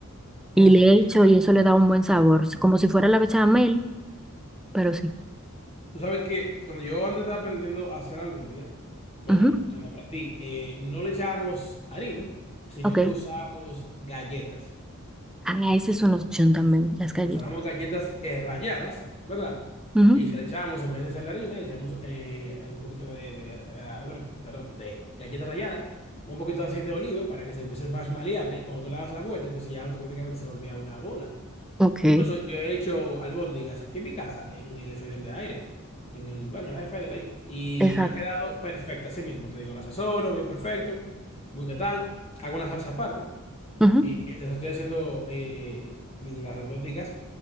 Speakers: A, in the centre; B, on the left.
A: y
B: ok,
A: le echo
B: ok.
A: y eso le da un buen sabor, s- como si fuera la bechamel, pero sí.
B: Tú sabes que cuando yo antes estaba aprendiendo a hacer albóndigas, bueno,
A: Ujú,
B: cuando aprendí, eh, no le echábamos harina, sino
A: Ok.
B: que usábamos galletas.
A: Ah, esa es una opción también, las galletas.
B: Usábamos galletas eh, ralladas, ¿verdad?
A: Ujú,
B: Y se le echábamos, en vez de echarle harina, le echábamos eh, un poquito de, de, eh, perdón, de galletas ralladas, un poquito de aceite de oliva para que se fuese más maleable. Y cuando tú le das la vuelta, entonces ya automáticamente se volvía una bola.
A: Ok.
B: Incluso yo he hecho albóndigas aquí en mi casa, en el freidor de aire, en el, bueno, en el air fryer ahí. Y
A: Exacto.
B: me han quedado perfectas, así mismo, te digo, las asesoro, bien perfecto, muy qué tal. Hago una salsa aparte.
A: Ujú,
B: Y mientras estoy haciendo eh, las albóndigas,